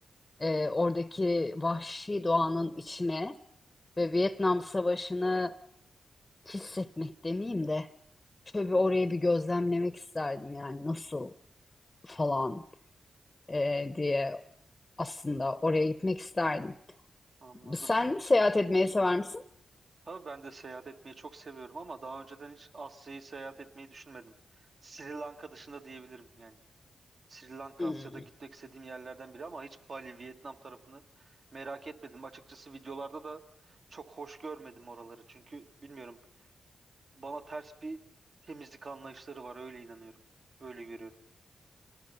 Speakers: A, on the left; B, on the right.
A: e, oradaki vahşi doğanın içine ve Vietnam Savaşı'nı hissetmek demeyeyim de şöyle bir orayı bir gözlemlemek isterdim yani nasıl falan e, diye aslında oraya gitmek isterdim.
B: Anladım.
A: Sen seyahat etmeyi sever misin?
B: Tabii ben de seyahat etmeyi çok seviyorum ama daha önceden hiç Asya'yı seyahat etmeyi düşünmedim. Sri Lanka dışında diyebilirim yani. Sri Lanka
A: Hmm.
B: Asya'da gitmek istediğim yerlerden biri ama hiç Bali, Vietnam tarafını merak etmedim. Açıkçası videolarda da çok hoş görmedim oraları. Çünkü bilmiyorum bana ters bir temizlik anlayışları var öyle inanıyorum. Öyle görüyorum.